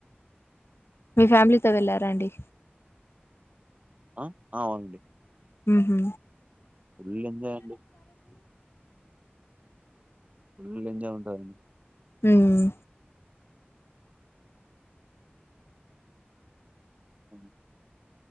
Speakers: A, on the left (about 80°); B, on the right (about 35°).
A: మీ ఫ్యామిలీతో వెళ్ళారా అండి
B: ఆ అవునండి
A: మ్మ్ హు
B: ఫుల్ ఎంజాయ్ ఫుల్ ఎంజాయ్ ఉంటాదండి
A: మ్మ్
B: అమ్